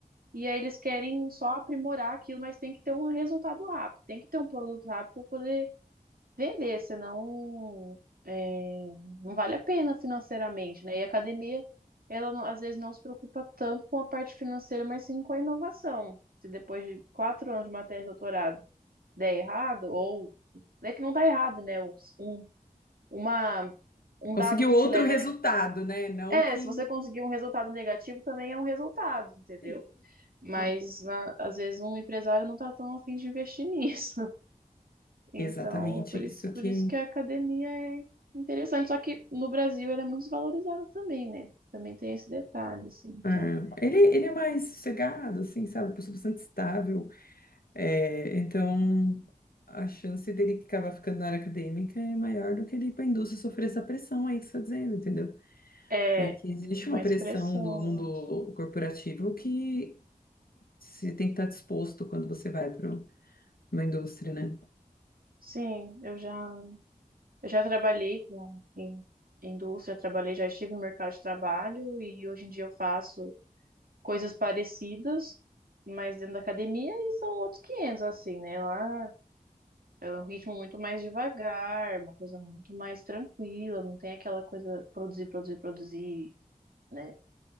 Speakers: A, on the right; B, on the left.
A: e aí eles querem só aprimorar aquilo, mas tem que ter um resultado rápido, tem que ter um produto rápido para poder vender, senão é, não vale a pena financeiramente, né? E a academia, ela não- às vezes não se preocupa tanto com a parte financeira, mas sim com a inovação. Se depois de quatro anos de matéria de doutorado der errado, ou é que não dá errado, né? Os- Um, uma, um
B: Conseguiu
A: dado que
B: outro
A: te leva.
B: resultado, né? Não
A: É,
B: que.
A: se você conseguir um resultado negativo, também é um resultado, entendeu?
B: Sim,
A: Mas
B: sim.
A: na- às vezes um empresário não tá tão afim de investir <laughs> nisso. Então,
B: Exatamente
A: por
B: isso
A: isso,
B: que.
A: por isso que a academia é interessante. Só que no Brasil ela é muito desvalorizada também, né? Também tem esse detalhe, assim. Então,
B: é, ele, ele é mais sossegado, assim, sabe? Uma pessoa bastante estável. É, então, a chance dele acabar ficando na área acadêmica é maior do que ele ir para a indústria e sofrer essa pressão aí que você está dizendo, entendeu?
A: é
B: Porque existe
A: mais
B: uma pressão
A: pressão,
B: do mundo
A: eu acho.
B: corporativo que você tem que estar disposto quando você vai para uma indústria, né?
A: Sim, eu já, eu já trabalhei com, em, em indústria, trabalhei, já estive no mercado de trabalho e hoje em dia eu faço coisas parecidas, mas dentro da academia e são outros 500, assim, né? Lá É um ritmo muito mais devagar, uma coisa muito mais tranquila, não tem aquela coisa produzir, produzir, produzir, né?